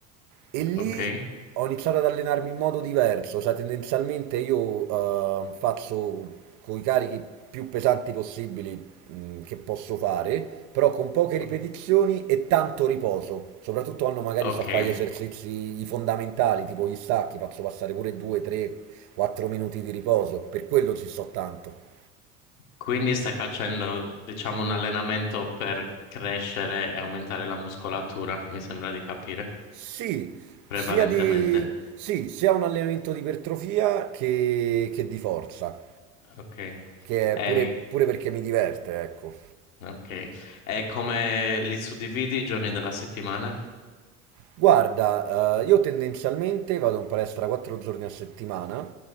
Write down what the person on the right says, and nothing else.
E lì
ho iniziato ad allenarmi in modo diverso, cioè tendenzialmente io eh, faccio con i carichi più pesanti possibili mh, che posso fare, però con poche ripetizioni
e tanto riposo. Soprattutto quando magari
sto a fare gli esercizi i fondamentali, tipo gli stacchi, faccio passare pure 2, 3, 4 minuti di riposo, per quello ci sto tanto.
Sì,
sia di, sì, sia un allenamento di ipertrofia che, che di forza,
che è
pure, pure perché mi diverte, ecco.
Guarda, eh, io tendenzialmente vado in palestra 4 giorni a settimana